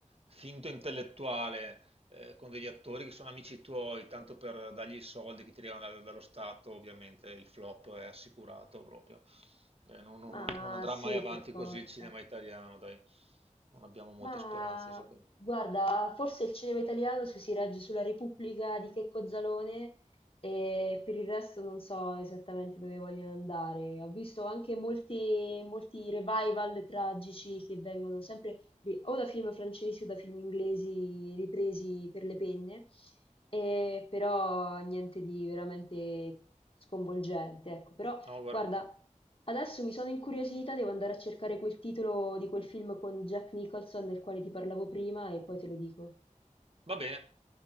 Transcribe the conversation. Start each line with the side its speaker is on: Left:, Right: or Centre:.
Right: finto intellettuale eh, con degli attori che sono amici tuoi, tanto per dargli i soldi che ti arrivano da- dallo Stato, ovviamente il flop è assicurato proprio. Eh, non, non-
Left: ma
Right: non- non andrà
Left: sì,
Right: mai avanti
Left: per forza.
Right: così il cinema italiano, dai. Non abbiamo molte
Left: Ma
Right: speranze, secondo me.
Left: guarda, forse il cinema italiano su- si regge sulla Repubblica di Checco Zalone e per il resto non so esattamente dove vogliono andare. Ho visto anche molti, molti revival tragici che vengono sempre ri- o da film francesi o da film inglesi ripresi per le penne, e però niente di veramente sconvolgente, ecco. Però
Right: No, guarda.
Left: Guarda, adesso mi sono incuriosita, devo andare a cercare quel titolo di quel film con Jack Nicholson del quale ti parlavo prima e poi te lo dico.
Right: Va bene,